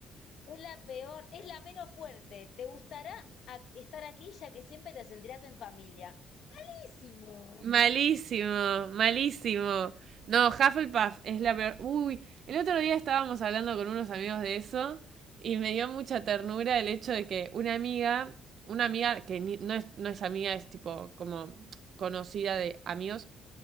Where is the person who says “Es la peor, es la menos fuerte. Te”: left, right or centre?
Left